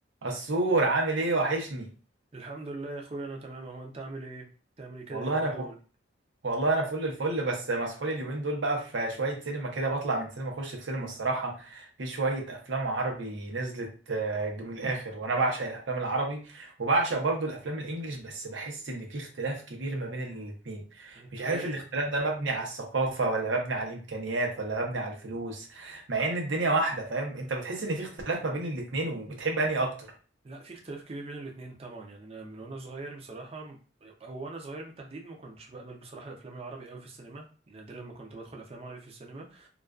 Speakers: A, on the right; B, on the right.
A: السور عامل ايه وحشني
B: الحمد لله يا اخويا انا تمام اهو انت عامل ايه بتعمل ايه كده
A: والله
B: اليومين
A: انا
B: دول
A: فل... والله انا فل الفل بس مسحول اليومين دول بقى في شويه سينما كده بطلع من سينما اخش في سينما الصراحه في شويه افلام عربي نزلت آه، من الاخر وانا بعشق الافلام العربي وبعشق برضو الافلام الانجليش بس بحس ان في اختلاف كبير ما بين الاتنين
B: انت
A: مش
B: طيب
A: عارف الاختلاف ده مبني على الثقافه ولا مبني على الامكانيات ولا مبني على الفلوس مع ان الدنيا واحده فاهم انت بتحس ان في اختلاف ما بين الاتنين وبتحب انهي اكتر
B: لا في اختلاف كبير بين الاتنين طبعا يعني انا من وانا صغير بصراحه م- او وانا صغير بالتحديد ما كنتش بقبل بصراحه الافلام العربي قوي في السينما نادرا ما كنت بدخل افلام عربي في السينما